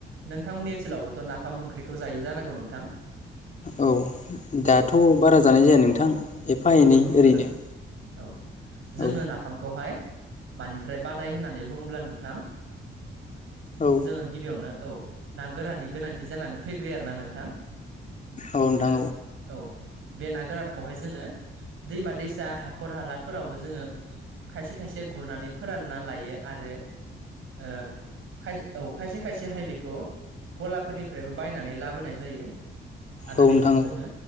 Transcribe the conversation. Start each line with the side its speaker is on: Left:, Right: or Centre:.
Right: नोंथांमोननि ओनसोलावबोथ' नाफाम ओंख्रिखौ जायै जानांगौ नोंथां?
Left: औ दाथ
Right: औ
Left: बारा जानाय जाया नोंथां
Right: औ औ
Left: एफा
Right: औ
Left: एनै
Right: नंगौ नोंथां
Left: ओरैनो।
Right: औ जोङो
Left: औ
Right: नाफामखौहाय मानिफ्राय बानाय होननानै बुङोब्ला नोंथां
Left: औ
Right: जोङो गिबियावनो औ ना गोरानि गोनांथि जानानै फेग्रो आरो ना नोंथां।
Left: औ नोंथां
Right: आ औ बे ना गोरानखौहाय जोङो दैमा दैसा हाखर हालाफोरावबो जोङो खायसे खायसे गुरनानै फोरानना लायो आरो ओ औ खायसे औ खायसे खायसे हाइ बेखौ गलाफोरनिफ्रायबो बायनानै लाबोनाय जायो आरो
Left: औ नोंथां
Right: बेखौ जोङो